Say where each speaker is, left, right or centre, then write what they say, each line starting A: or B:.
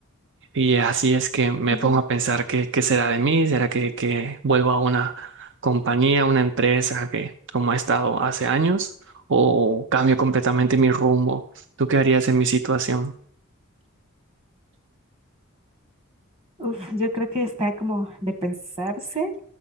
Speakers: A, on the right (about 60°); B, on the right (about 25°).
A: Y así es que me
B: ujú.
A: pongo a pensar qué, qué será de mí. ¿Será que, que vuelvo a una compañía, una empresa
B: Bueno,
A: que, como ha estado hace años? ¿O cambio completamente mi rumbo? ¿Tú qué harías en mi situación?
B: Uf, yo creo que está como de pensarse